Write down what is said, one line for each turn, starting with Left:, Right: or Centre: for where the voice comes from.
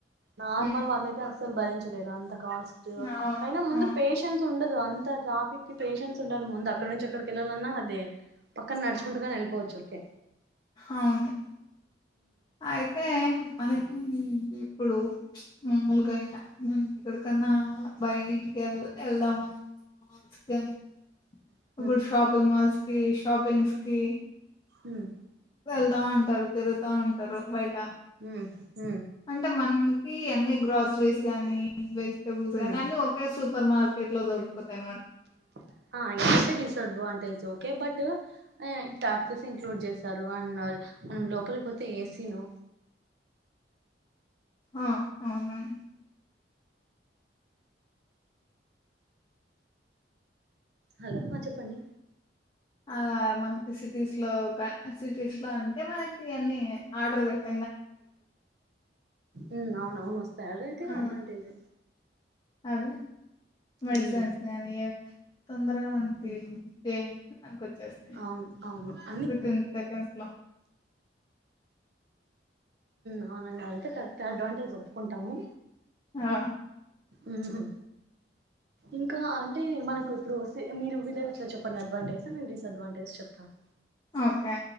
Right: నార్మల్
Left: హ్మ్.
Right: వాళ్ళు అయితే అసలు భరించలేరు అంత కాస్ట్
Left: అవును
Right: అయినా ముందు
Left: అవును
Right: పేషెన్స్ ఉండదు అంత ట్రాఫిక్స్షెన్స్ ఉండాలి ముందు అక్కడ నుంచి అక్కడికి వెళ్ళాలన్నా అదే పక్కన నడుచుకుంటుక వెళ్ళిపోవచ్చు ఊకే
Left: అవును అయితే మనకి ఇప్పుడు మామలుగాయ మ ఇక్కడకన్నా బయటికి వె వెళ్దామా కానీ
Right: హ
Left: ఇప్పుడు షాపింగ్ మాల్స్ కి షాపింగ్స్ కి
Right: ఉమ్
Left: వెళ్తా ఉంటారు తిగుతా ఉంటారు బయట
Right: హ హ
Left: అంటే మనకి అన్ని గ్రాసరీస్ గానీ వెజిటబుల్స్ గాని
Right: ఉమ్
Left: అన్ని ఒకే సూపర్ మార్కెట్ ఎట్లో దొపోతాయిన వా
Right: <inaudible> ఆ ఇదైతే disadvantage okay but taxes include చేస్తారు అన్నారు మనం లోపలి పోతే ఏసీ ను
Left: ఆ అవును
Right: హలో మా చెప్పండి
Left: అలా మనకి సిటీస్ లో సిటీస్ లో అంటే మనకి అన్ని ఆర్డర్ పెట్ట
Right: ఉ అవును అవును వస్తా అదైతే
Left: ఆ
Right: అడ్వాంటేజ్
Left: అదే మెడిసిన్స్
Right: ఉమ్,
Left: న ఏ తొందరగా మనకి
Right: ఉమ్,
Left: చేయ మనకి వచ్చేస్తా
Right: అవును అవును అన్ని
Left: కతిన్ సెకన్స్ లో
Right: అవునండి అయితే కరెక్ట్ అడ్వాంటేజ్ ఒప్పుకుంటాము
Left: ఆ
Right: ఉ ఇంకా అంటే మనకు ఇప్పుడు మీరు విలేజ్లో చెప్పండి అడ్వాంటేజ్ నేను డిస్ అడ్వాంటేజ్ చెప్తాను
Left: ఓకే